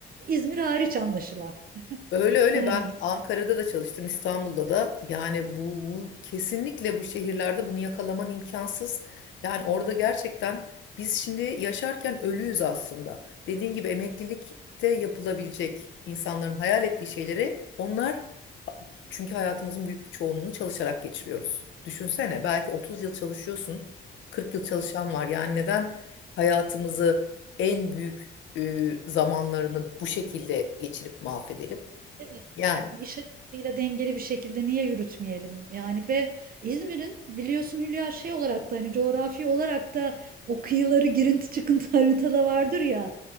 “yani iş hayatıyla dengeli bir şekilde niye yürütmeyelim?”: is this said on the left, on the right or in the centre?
Right